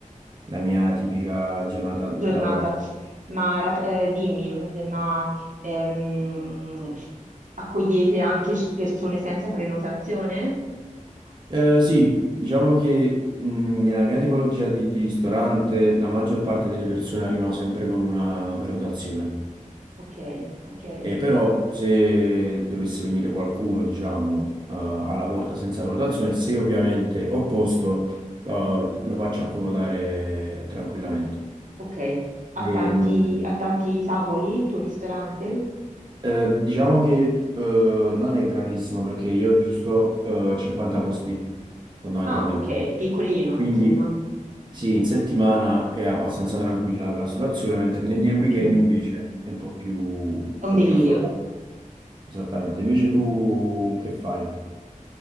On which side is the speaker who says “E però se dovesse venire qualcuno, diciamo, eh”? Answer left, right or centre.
Right